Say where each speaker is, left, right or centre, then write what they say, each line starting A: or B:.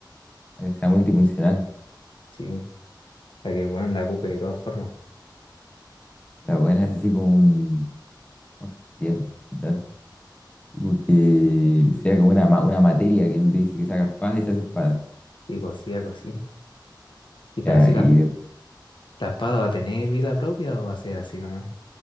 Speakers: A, on the left; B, on the left.
A: para que sea multifuncional.
B: Sí, para que el weón la ocupe de todas formas.
A: Está buena, es así como un... ¿Cómo se podría interpretar? Tipo que sea como una, ma- una materia que él dice que saca espada y se hace espada.
B: Tipo así, algo así. Y pero
A: Ya,
B: así las
A: y de-
B: ¿La espada va a tener vida propia o va a ser así nomás?